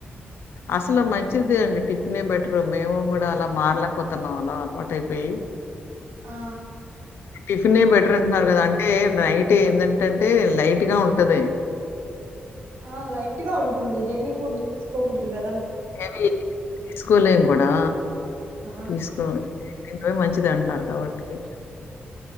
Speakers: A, on the left; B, on the right.
A: అసలు మంచిదే అండి టిఫిన్ బెటరు మేము కూడా అలా మారలేకపోతున్నాం అలా అలవాటు అయిపోయి
B: ఆ
A: టిఫిన్ బెటర్ అంటున్నారు కదా అంట అ నైట్ ఏంటంటంటే లైట్ గా ఉంటది
B: ఆ లైట్ గా ఉంటుంది హెవీ ఫుడ్ తీసు ద్దుగా
A: ఏమి తీసుకోలేం కూడా
B: ఆ
A: తీసుకో ఇ మంచిది అంటున్నారు కాబట్టికి